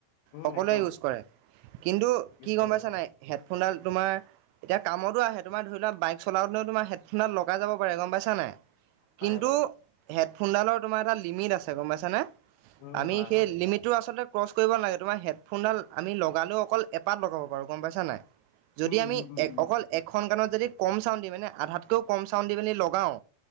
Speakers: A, on the left; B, on the right.
A: উম
B: সকলোৱে
A: একদম
B: ইউছ কৰে কিন্তু
A: ইউজ
B: কি
A: চবে
B: গম পাইছা
A: কৰে
B: নাই হেডফোনডাল তোমাৰ এতিয়া কামতো আহে তোমাৰ ধৰি লোৱা বাইক চলাওঁতেনে তোমাৰ হেডফোনডাল লগাই যাব পাৰে গম পাইছা নাই
A: পাৰে
B: কিন্তু
A: কৰে
B: হেডফোনডালৰ তোমাৰ এটা লিমিট আছে গম পাইছানে?
A: উম
B: আমি
A: হয়
B: সেই
A: হয়
B: লিমিটটো আচলতে ক্ৰচ কৰিব নালাগে তোমাৰ হেডফোনডাল আমি লগালেও অকল এপাত লগাব পাৰোঁ গম পাইছা নাই যদি
A: উম
B: আমি
A: উম উম
B: এক
A: উম
B: অকল এখন কানত যদি কম চাউণ্ড দি মানে আধাতকৈও কম চাউণ্ড দি পিনি লগাওঁ